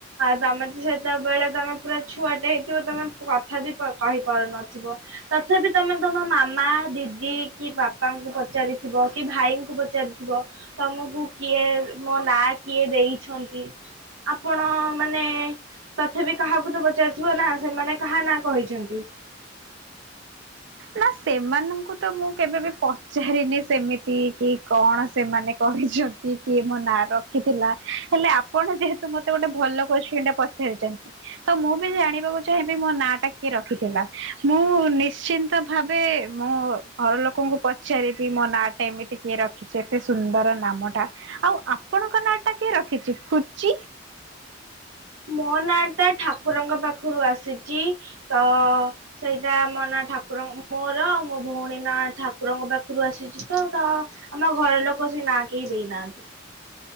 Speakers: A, on the right; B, on the right.
A: ତମେ ତ ସେତେବେଳେ ତମେ ପୁରା ଛୁଆଟେ ହେଇଥିବ ତମେ କଥା ବି କହିପାରୁନଥିବ ତଥାପି ତମେ ତମ ମାମା ଦିଦି କି ବାପାଙ୍କୁ ପଚାରିଥିବ କି ଭାଇଙ୍କୁ ପଚାରିଥିବ ତମକୁ କିଏ ମୋ ନା କିଏ ଦେଇଛନ୍ତି ଆପଣ ମାନେ ତଥାପି କାହାକୁ ତ ପଚାରିଥିବ ନା ସେମାନେ କାହା ନା କହିଛନ୍ତି।
B: ନା ସେମାନଙ୍କୁ ତ ମୁଁ କେବେ ବି ପଚାରିନି ସେମିତି କି କଣ ସେମାନେ କହିଛନ୍ତି କିଏ ମୋ ନାଁ ରଖିଥିଲା ହେଲେ ଆପଣ ଯେହେତୁ ମତେ ଗୋଟେ ଭଲ କୋ୍ଚନ ଟା ପଚାରିଛନ୍ତି ତ ମୁଁ ବି ଜାଣିବାକୁ ଚାହିଁବି ମୋ ନାଁ ଟା କିଏ ରଖିଥିଲା ମୁଁ ନିଶ୍ଚି। ତ ଭାବେ ମୁଁ ଘର ଲୋକଙ୍କୁ ପଚାରିବି ମୋ ନାଁ ଟା ଏମିତି କିଏ ରଖିଛି ଏତେ ସୁନ୍ଦର ନାମ ଟା ଆଉ ଆପଣଙ୍କ ନାଁ ଟା କିଏ ରଖିଛି ଖୁଚି।
A: ମୋ ନାଁ ଟା ଠାକୁରଙ୍କ ପାଖରୁ ଆସିଛି ତ ସେଇଟା ମୋ ନାଁ ଠାକୁର ମୋର ଆଉ ମୋ ଭଉଣୀ ନା ଠାକୁରଙ୍କ ପାଖରୁ ଆସିଛି ତ ତ ଆମ ଘର ଲୋକ ସେ ନାଁ କେହି ଦେଇନାହାନ୍ତି।